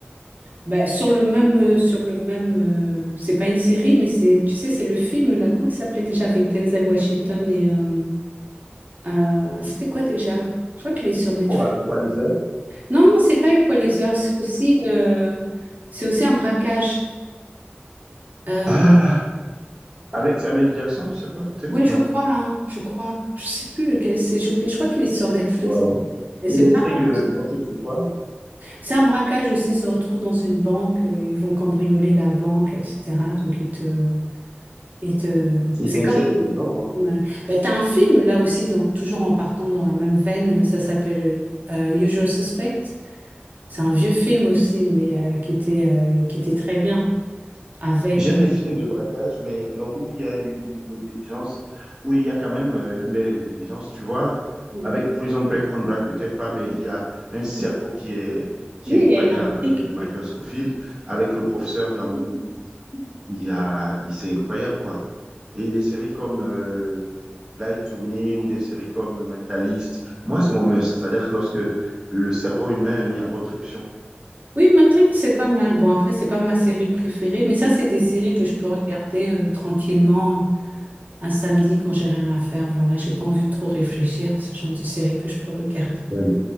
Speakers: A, on the right; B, on the right.
A: Bah, sur le même, euh, sur le même, euh, c'est pas une série, mais c'est, tu sais, c'est le film là. Comment il s'appelait déjà avec Denzel Washington et euh, euh, c'était quoi déjà? Je crois qu'il est sur Netflix.
B: Quoi, Equalizer?
A: Non, non, c'est pas Equalizer. C'est aussi une, euh, c'est aussi un braquage. Euh,
B: Ah, avec Samuel Jackson, je sais pas, peut-être,
A: Oui, je
B: non.
A: crois, hein, je crois. Je sais plus lequel c'est, j'ai oublié. Je crois qu'il est sur Netflix.
B: Wow.
A: Et c'est
B: Et l'intrigue
A: pas mal
B: euh,
A: aussi.
B: porte sur quoi?
A: C'est un braquage aussi, ils se retrouvent dans une banque, euh, ils vont cambrioler la banque, etc. Donc ils te... ils te...
B: Et
A: C'est
B: Denzel
A: comme...
B: est dedans, hein.
A: Ouais. Bah, t'as un film là aussi, dans- toujours en partant dans la même veine, euh, ça s'appelle euh, Usual Suspect. C'est un vieux film aussi, mais euh, qui était, euh, qui était très bien avec...
B: J'aime les films de braquage, mais euh, où il y a une intelligence, où il y a quand même euh, une belle intelligence. Tu vois,
A: Oui,
B: avec Prison Break, On Break, peut-être pas, mais il y a un cerveau qui est, qui
A: il
B: est incroyable
A: y a une intrigue.
B: euh, de Michael Scofield. Avec le professeur dans Mon Livre, il y a, il, c'est incroyable, quoi. Et des séries comme euh, Lie to Me ou des séries comme Mentalist, moi, c'est mon must. C'est-à-dire que lorsque le cerveau humain est mis en contribution.
A: Oui, Mentally, c'est pas mal. Bon, après, c'est pas ma série préférée, mais ça, c'est des séries que je peux regarder euh, tranquillement euh, un samedi quand j'ai rien à faire. Voilà, j'ai pas envie de trop réfléchir. Ce genre de série que je peux regarder.
B: Ouais.